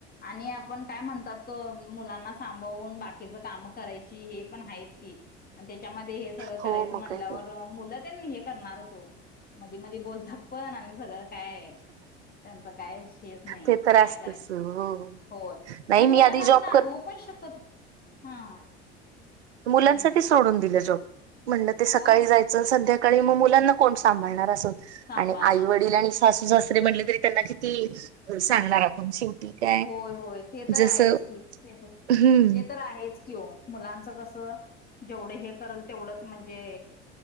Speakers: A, on the left (about 25°); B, on the right (about 80°).
A: आणि आपण काय म्हणतात त मुलांना सांभाळून बाकीचं कामं करायची हे पण आहेच की. आणि त्याच्यामध्ये हे सगळं
B: हो
A: करायचं
B: मग
A: म्हणल्यावर.
B: कायतरी
A: मुलं तेन हे करणारच ओ, मधी मधी बोलतात पण आणि सगळंच. काय? त्यांच काय श नाही
B: ते तर
A: काय
B: असतच
A: करायचं,
B: हो.
A: होय
B: नाही
A: आणि
B: मी
A: मुलांना
B: आधी
A: आपण
B: जॉब
A: अडवू पण शकत हा.
B: मुलांनसाठी
A: हम्म
B: सोडून दिला जॉब, म्हणलं ते सकाळी
A: होय
B: जायचं जर संध्याकाळी मग मुलांना कोण सांभाळणार अस होतं,
A: सांभाळणार
B: आणि आई वडील आणि सासू सासरे म्हटले तरी त्यांना किती सांगणार. शेती काय.
A: होय होय ते तर
B: जसं
A: आहेच की, ते
B: हम्म
A: तर आहेच की हो. मुलांचं कस, जेवढं हे करेल तेवढंच म्हणजे